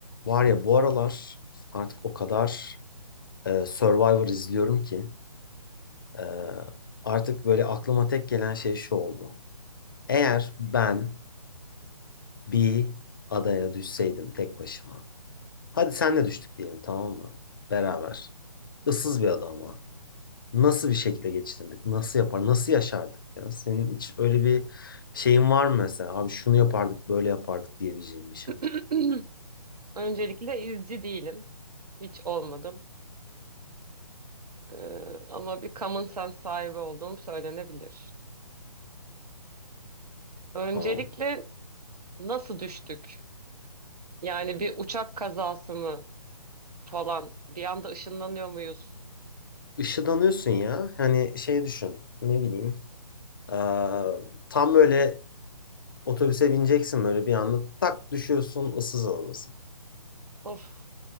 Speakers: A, on the left; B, on the right.
A: Var ya bu aralar artık o kadar e, Survivor izliyorum ki e, artık böyle aklıma tek gelen şey şu oldu. Eğer ben bir adaya düşseydim tek başıma. Hadi senle düştük diyelim tamam mı? Beraber. Issız bir ada ama. Nasıl bir şekilde geçinirdik? Nasıl yapar? Nasıl yaşardık? ya? senin hiç öyle bir şeyin var mı mesela? Abi şunu yapardık, böyle yapardık diyebileceğin bir şey.
B: <clears throat> Öncelikle izci değilim. Hiç olmadım. Ee, ama bir common sense sahibi olduğum söylenebilir. Öncelikle
A: Tamam.
B: nasıl düştük? Yani bir uçak kazası mı falan? Bir anda ışınlanıyor muyuz?
A: Işıdanıyorsun ya. Hani şey düşün. Ne bileyim. Ee, tam böyle otobüse bineceksin böyle bir anda tak düşüyorsun ıssız adadasın.
B: Of,